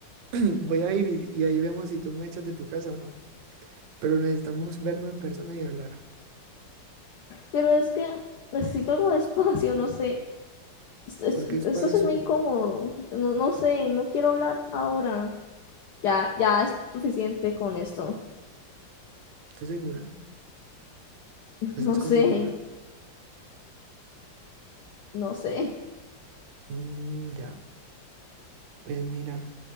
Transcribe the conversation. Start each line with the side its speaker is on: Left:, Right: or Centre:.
Right: <clears throat> Voy a ir y, y ahí vemos si tú me echas de tu casa o no. Pero necesitamos vernos en persona y hablar.
Left: Pero es que necesito algo de <laughs> espacio, no sé. Esto, esto-
Right: ¿Por qué espacio?
Left: esto sí es muy incómodo. No, no sé, no quiero hablar ahora. Ya, ya es suficiente con esto.
Right: ¿Estás segura? ¿Estás
Left: No sé,
Right: confundida?
Left: no sé.
Right: Mm, ya. Pues mira.